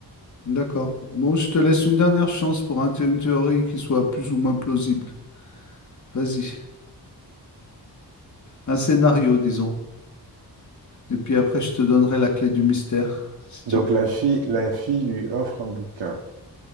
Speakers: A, on the left; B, on the right.
A: D'accord. Bon, je te laisse une dernière chance pour un thé- une théorie qui soit plus ou moins plausible. Vas-y. Un scénario, disons. Et puis après, je te donnerai la clé du mystère, si
B: Donc
A: tu veux.
B: la fille, la fille lui offre un bouquin.